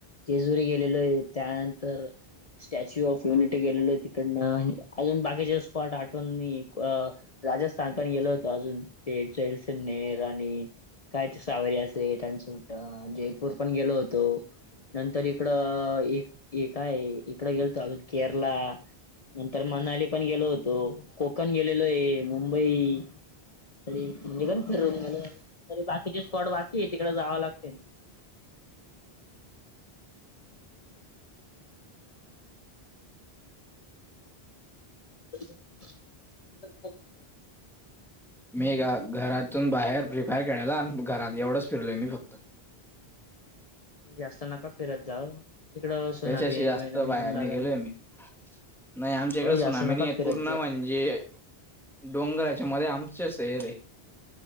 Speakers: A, on the left; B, in the centre.
A: जेजुरी गेलेलो आहे त्यानंतर स्टॅच्यू ऑफ युनिटी गेलेल तिकडनं अजून बाकीचे स्पॉट आठव नाही. राजस्थान पण गेलो होतं अजून ते जैलसिमनेर आणि कायच सावर असटनसूट जयपूर पण गेलो होतो. नंतर इकडं काय इकडं गेलतो अजून केरला नंतर मनाली पण गेलो होतो, कोकण गेलेलो आहे. मुंबई तरी म्हणजे निवांत फिरून गेलं तरी बाकीचे स्पॉट बाकी आहे तिकडे जावं लागतेच तर मग
B: मी घरातून बाहेर प आणि घरात एवढंच फिरलोय मी फक्त
A: जास्त नका फिरत जाव तिकडं सुनाभी
B: त्याच्याशी जास्त
A: मिळन
B: बाहेर नाही
A: लागल.
B: गेलोय मी नाही आमच्या इकडे
A: एवढं
B: सुनामीनी
A: जास्त नका
B: आहेत
A: फिरत
B: पूर्ण
A: जा
B: म्हणजे जे डोंगराच्या मध्ये आमचच हेर आहे.